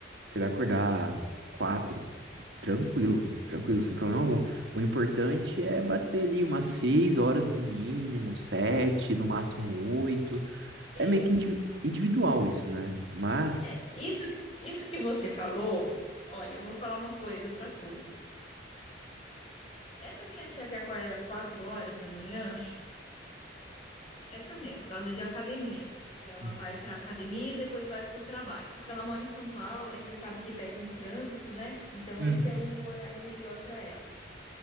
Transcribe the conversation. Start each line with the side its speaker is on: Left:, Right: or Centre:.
Right: você vai acordar 4 tranquilo, tranquilo, sem problema algum. O importante é bater ali umas 6 horas no mínimo, 7 no máximo 8.
Left: É,
Right: É meio que indi- individual isso, né? Mas
Left: É, isso, isso que você falou, olha, eu vou falar uma coisa pra tu. Essa minha tia que acorda 4 horas da manhã é também é por causa de academia, porque ela
Right: <laughs>
Left: vai pra academia e depois vai pro trabalho. Só que ela mora em São Paulo, aí você sabe que pega um trânsito, né? Então
Right: Uhum,
Left: esse é o horário melhor pra ela.